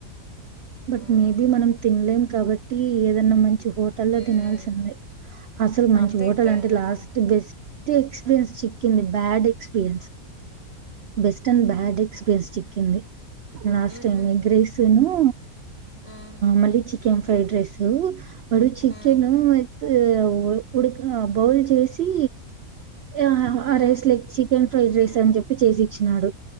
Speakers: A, on the right; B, on the left.
A: బట్
B: హ్మ్.
A: మేది
B: హ్మ్.
A: మనం తినలేం కాబట్టి ఏదన్నా మంచీ హోటల్ల్లో
B: హ్మ్.
A: తినాల్సిందే అసలు మంచి
B: అంతే
A: హోటల్
B: ఇంకా
A: అంటే
B: ఏం చేద్దాం
A: లాస్ట్ బెస్ట్ టీ ఎక్స్పీరియన్స్ చిక్ కింది bad experience best and bad experience చిక్కింది. హలో
B: ఉహూ,
A: ఎగ్ రైస్ ను
B: ఉమ్,
A: మళ్ళీ చి కెన్ ఫ్రైడ్ రైస్ వాడు చికెేను
B: ఉమ్,
A: ఎగ్ ఉడిక బౌల్ చేసి ఆ
B: ఉమ్,
A: ఆ రైస్ లే కి చికెన్ ఫ్రైడ్ రైస్ అని చెప్పి చేసి ఇచ్చినాడు